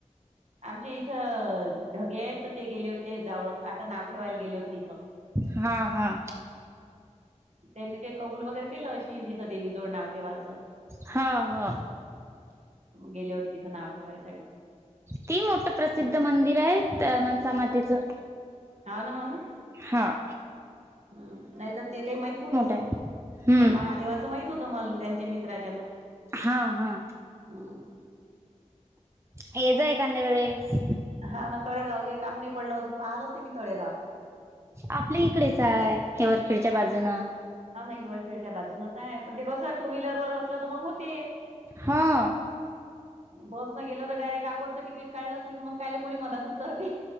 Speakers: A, on the right; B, on the right.
A: आमचे इथं ढगे आहेत तर ते गेले होते जावळक, आता नाव ठेवायला गेले होते तिथं.
B: हा हा.
A: त्यांनी काही कौल वगैर केलं अशीन, तिथं देवी जवड नाव ठेवाय च
B: हा हा
A: मग गेले होते तिथं नाव ठेवायसाठी.
B: ती मोठ प्रसिद्ध मंदिर आहे, त मनसा मातेचं.
A: हाव ना हाव ना.
B: हां.
A: हम्म नाहीतर ते काही माहित नव्हतं समद.
B: आहे हम्म
A: हे महादेवाच माहित होत तमल त्यांच्या मित्राच्यान.
B: हा, हा.
A: हम्म.
B: येजा ऐखांद्या वेळेस.
A: हा ना तळेगाव काही काम नाही पडलं, अजून पाहिलंच नाही मी तळेगाव.
B: आपल्या इकडेच आहे, हेवरखेडच्या
A: हा
B: बाजून.
A: हा नाही हिवरखेळच्या बाजूनच आहे, पण ते कसं टू व्हीलरवरर असलं तर मग होते.
B: हां.
A: बस न गेलं तर डायरेक्ट आकोडचं तिकीट काढलं असलं की, मग कायला कोणी मधात उतरते.